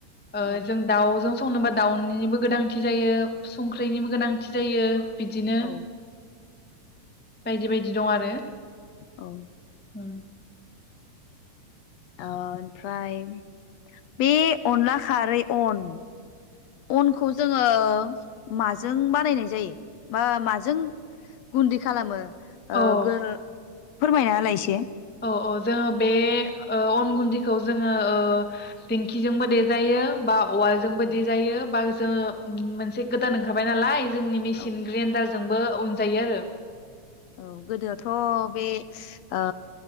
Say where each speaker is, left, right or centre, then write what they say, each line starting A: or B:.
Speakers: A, on the left; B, on the left.
A: ओ
B: औ
A: जों दाउ जों संनोबा दाउनिबो गोनांथि जायो संख्रैनिबो गोनांथि जायो। बिदिनो
B: औ
A: बायदि बायदि दं आरो
B: औ
A: उम
B: ओ ओनफ्राय बे अनला खारै अन अनखौ जोङो माजों बानायनाय जायो बा माजों गुन्दै खालामो ओ
A: औ
B: गो फोरमायना होलाय एसे
A: औ औ जोङो बे ओ अन गुन्दिखौ जोङो ओ दिंखिजोंबो देजायो बा। औवा जोंबो
B: औ
A: दिजायो बा। जोङो मोनसे गोदान ओंखारबाय नालाय जोंनि मिसिन
B: औ
A: ग्रेनदार जोंबो उनजायो आरो
B: औ गोदोथ' बे ओ